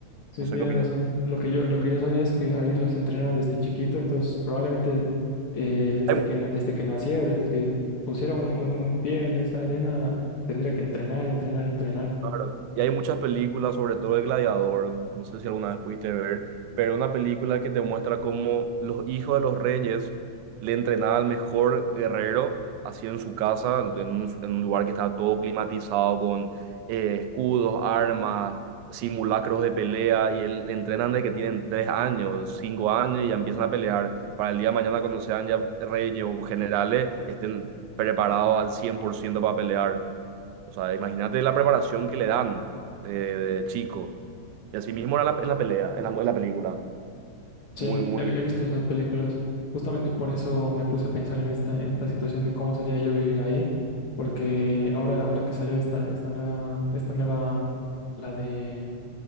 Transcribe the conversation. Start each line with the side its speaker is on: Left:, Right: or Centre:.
Left: Sí,
Right: No sé
Left: tiene
Right: qué opinas.
Left: razón. Lo que yo, lo que yo sabía es que ahí los entrena desde chiquito, entonces probablemente eh, desde
Right: Hay-
Left: que, na- desde que naciera, desde que pusiera un, un un pie en esa arena, tendría que entrenar, entrenar, entrenar.
Right: claro, y hay muchas películas, sobre todo de Gladiador, no sé si alguna vez pudiste ver, pero una película que te muestra cómo los hijos de los reyes le entrenaban al mejor guerrero, así en su casa, en un, en un lugar que estaba todo climatizado con eh, escudos, armas, simulacros de pelea, y él, le entrenan desde que tienen tres años, cinco años, y ya empiezan a pelear para el día de mañana cuando sean ya reyes o generales, estén preparados al 100% para pelear. O sea, imagínate la preparación que le dan de, de chico. Y así mismo era la- en la pelea, en la, en la película.
Left: Sí,
Right: Muy, muy...
Left: he, vi- he visto esas películas. Justamente por eso me puse a pensar en esta, en esta situación de cómo sería yo vivir ahí, porque ahora, ahora que salió esta, esta nueva, esta nueva, la de,